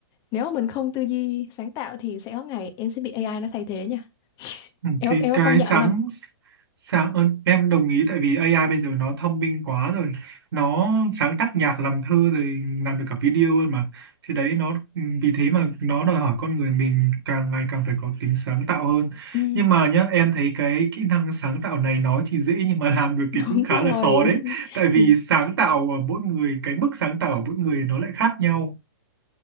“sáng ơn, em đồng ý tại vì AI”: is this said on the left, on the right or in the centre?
Right